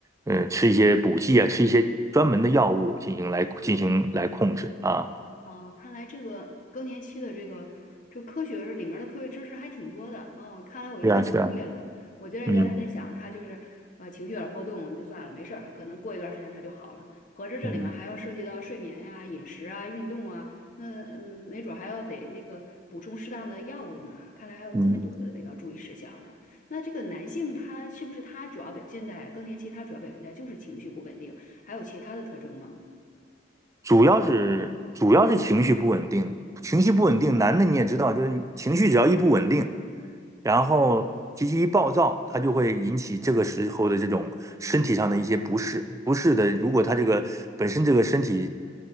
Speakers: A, on the right; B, on the left.
A: 呃吃一些补剂啊，吃一些专门的药物进行来进行来控制啊。
B: 哦，看来这个更年期的这个这个科学里面的科学知识还挺多的。嗯，看来我原来忽略了。
A: 是啊，是啊，
B: 我觉得原来在想他就是呃情绪有点波动就算了，
A: 嗯
B: 没事儿，可能过一段时间他就好了。合着这里面还要涉及到睡眠呀、
A: 嗯
B: 饮食啊、运动啊，那嗯没准儿还要得那个补充适当的药物呢。看来还有这么多的那个注意事项的。
A: 嗯。
B: 那这个男性他是不是他主要表现在更年期？他主要表现在就是情绪不稳定，还有其他的特征吗？
A: 主要是主要是情绪不稳定，情绪不稳定，男的你也知道，就是你情绪只要一不稳定，然后脾气一暴躁，他就会引起这个时候的这种身体上的一些不适，不适的，如果他这个本身这个身体